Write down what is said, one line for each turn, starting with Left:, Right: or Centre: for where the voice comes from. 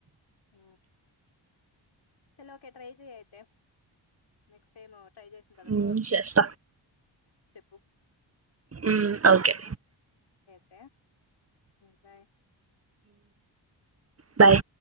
Left: హ చలో ఓకే ట్రై చెయి అయితే నెక్స్ట్ టైమ్ ట్రై చేసిన తరపు
Right: మ్ చెప్ప
Left: చెప్పు
Right: మ్ ఓకే
Left: కె బాయ్
Right: బాయ్